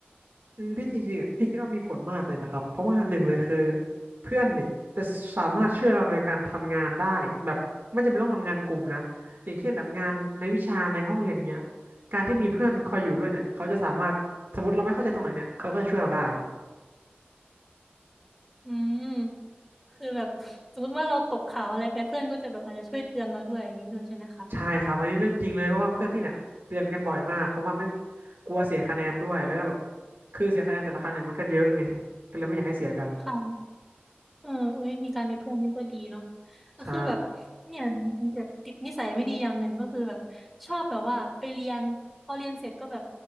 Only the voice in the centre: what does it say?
อืมคือแบบ <laughs> สมมติว่าเราตกข่าวอะไรไปเพื่อนก็จะแบบอาจจะช่วยเตือนเราด้วยอย่างนี้ด้วยใช่ไหมคะ
ค่ะ เออเอ้ยมีการมีเพื่อนนี่ก็ดีเนาะก็คือแบบ
เนี่ยมันจะติดนิสัยไม่ดีอย่างหนึ่งก็คือแบบชอบแบบว่าไปเรียนพอเรียนเสร็จก็แบบ